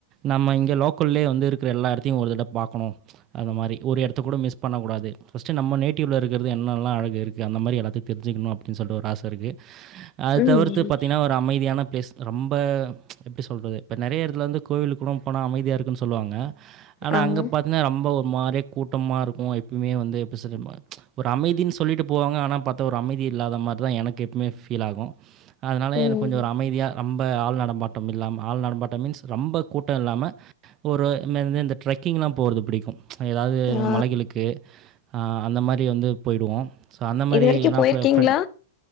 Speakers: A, on the right; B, on the left.
A: நம்ம இங்க லோக்கல்லே வந்துருக்ற எல்லா எடத்தையு ஒரு தட பாக்கணும் ச் அந்த மாரி ஒரு எடத்த கூட மிஸ் பண்ணக்கூடாது ஃபஸ்ட் நம்ம நேட் டிவ்ல இருக்றது என்னெல்லா அழகு இருக்கு அந்த மாரி எதாத்தையு தெரி்ஞ்சக்கணு அப்டின் சொல்ற ஒரு ஆச இருக்கு அது
B: ம்
A: தவிர்த்து பாத்தீங்கன்னா ஒரு அமைதியான பிளேஸ் ரொம்ப ச் எப்டி சொல்றது இப்ப நெறைய எடத்துல வந்து கோவிலுகூ போனா அமைதியா இருக்குன் சொல்லுவாங்க ஆனா
B: ஆமா
A: அங்க பாத்தின்னா ரொம்ப மாரே கூட்டமாருக்கூ எப்புமே வந்து எப்டி <unintelligible> ச் ஒரு அமைதின்னு சொல்லிட்டு போவாங்க ஆனா பாத்தா ஒரு அமைதி இல்லாத மாதிதா எனக்கு எப்புமே ஃபீல் ஆகு அதனால
B: ம்
A: எனக்கொஞ்சம் ஒரு அமைதியா ரொம்ப ஆள் நடம்மாட்டம் இல்லாம ஆள் நடம்மாட்டம் மீன்ஸ் ரொம்ப கூட்ட இல்லாம ஒரு இன்ன இந்த ட்ரெக்கிங்லா போறது புடிக்கூ ச் எதாவது
B: ஆ
A: மலைகளுக்கு ஆ அந்த மாரி ப்டி வந்து போயிடுவோ ஸோ அந்த மாரி
B: இது வரைக்கு
A: ஏன்னா
B: போயிருக்கீங்களா
A: ஃபெ ஃபெ